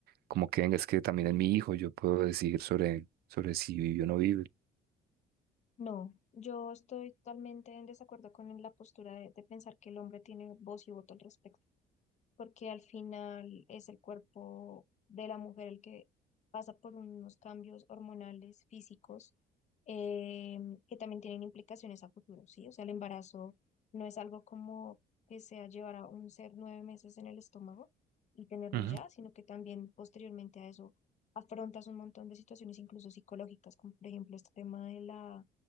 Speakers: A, on the right; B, on the left.
A: como que venga, es que también es mi hijo, yo puedo decidir sobre, sobre si vive o no vive.
B: No, yo estoy totalmente en desacuerdo con la postura de, de pensar que el hombre tiene voz y voto al respecto. porque al final es el cuerpo de la mujer el que pasa por unos cambios hormonales, físicos, eh, que también tienen implicaciones a futuro, ¿sí? O sea, el embarazo no es algo como que sea llevar a un ser nueve meses en el estómago y tenerlo
A: Ujú,
B: ya, sino que también posteriormente a eso afrontas un montón de situaciones incluso psicológicas, como por ejemplo este tema de la,